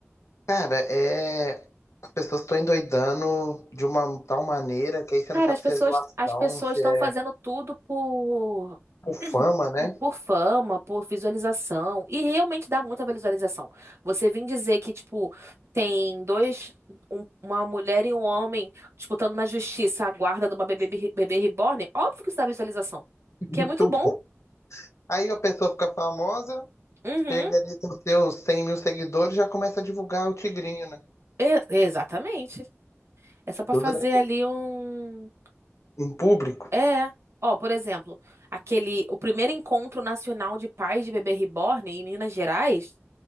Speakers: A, on the left; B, on the right.
A: cara, é. As pessoas estão endoidando de uma tal maneira que aí você
B: Cara,
A: não sabe
B: as pessoas,
A: se é zoação,
B: as pessoas
A: se
B: estão
A: é
B: fazendo tudo por
A: por fama,
B: <clears throat>
A: né?
B: por fama, por visualização, e realmente dá muita visualização. Você vem dizer que, tipo, tem dois, um- uma mulher e um homem disputando na justiça a guarda de uma bebê, bi- bebê reborn, óbvio que isso dá visualização,
A: <laughs> Muito
B: que é muito bom.
A: bom. Aí a pessoa fica famosa,
B: Uhum,
A: chega ali com seus 100 mil seguidores e já começa a divulgar o tigrinho, né?
B: E- exatamente. É só pra
A: Tudo,
B: fazer
A: né?
B: ali um...
A: Em público.
B: É... Ó, por exemplo, aquele, o primeiro encontro nacional de pais de bebê reborn em Minas Gerais,